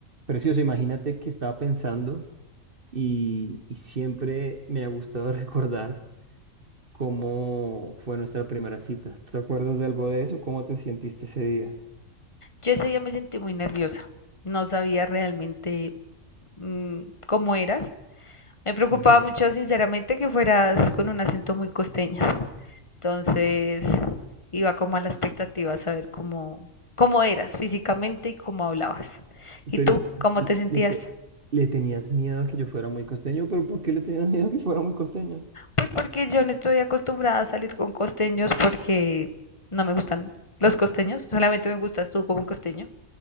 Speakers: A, on the right; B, on the left.
A: Precioso, imagínate que estaba pensando y, y siempre me ha gustado <laughs> recordar cómo fue nuestra primera cita. ¿Te acuerdas de algo de eso? ¿Cómo te sentiste ese día?
B: Yo ese día me sentí muy nerviosa, no sabía realmente mm, cómo eras. Me preocupaba
A: Ujú.
B: mucho, sinceramente, que fueras con un acento muy costeño. Entonces, iba como a la expectativa a saber cómo, cómo eras físicamente y cómo hablabas. ¿Y
A: Pero
B: tú, cómo
A: le,
B: te sentías?
A: le te- le tenías miedo a que yo fuera muy costeño, pero ¿por qué le tenías <laughs> miedo a que fuera muy costeño?
B: Pues porque yo no estoy acostumbrada a salir con costeños porque no me gustan los costeños, solamente me gustas tú como costeño.